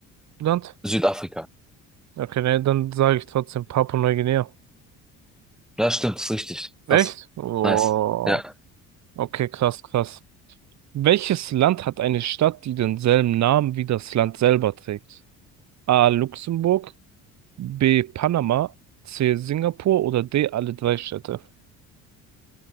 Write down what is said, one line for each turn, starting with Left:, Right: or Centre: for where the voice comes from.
Right: Land?
Centre: Südafrika.
Right: Okay, ne, dann sage ich trotzdem Papua-Neuguinea.
Centre: Ja, stimmt, ist richtig.
Right: Echt?
Centre: Krass.
Right: Oh.
Centre: Nice. Ja.
Right: Okay, krass, krass. Welches Land hat eine Stadt, die denselben Namen wie das Land selber trägt? A. Luxemburg, B. Panama, C. Singapur oder D. Alle drei Städte?